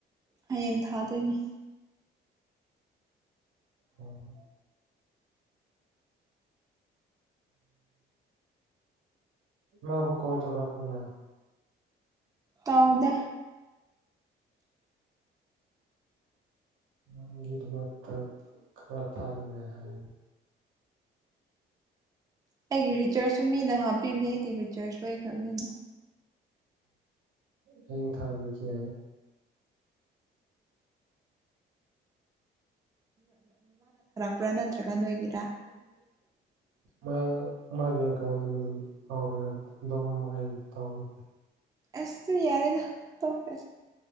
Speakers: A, on the right; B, on the right.
A: ꯍꯌꯦꯡ ꯊꯥꯗꯣꯏꯅꯦ
B: ꯎꯝ ꯑ ꯂꯕꯨ ꯀꯣ ꯇꯧꯔ ꯑꯅ
A: ꯇꯥꯎꯗꯦ
B: ꯅꯪꯗ ꯃ ꯈꯔꯥ ꯊꯥꯅꯤ ꯍꯥꯏ ꯍꯥꯏ
A: ꯑꯩꯒꯤ ꯔꯤꯆꯥꯔꯖꯁꯨ ꯃꯤꯅ ꯍꯥꯞꯄꯤꯕꯅꯦ ꯑꯩꯗꯤ ꯔꯤꯆꯥꯔꯖ ꯂꯣꯏꯈ꯭ꯔꯕꯅꯤꯅ
B: ꯎ ꯍ ꯊꯥꯕꯤ ꯀ
A: ꯄꯨꯔꯥ ꯅꯠꯇ꯭ꯔꯒ ꯅꯣꯏꯒꯤꯦ
B: ꯎꯝ
A: ꯎꯝ
B: ꯃꯥ ꯃꯥꯒꯤ ꯑꯦꯀꯥꯎꯟꯗꯒꯤ ꯂꯧꯔꯒ ꯑꯗꯨꯝ ꯑꯩ ꯇꯧꯋꯦ
A: ꯑꯦꯁꯇ ꯌꯥꯔꯦꯗ ꯇꯣꯄꯁꯤ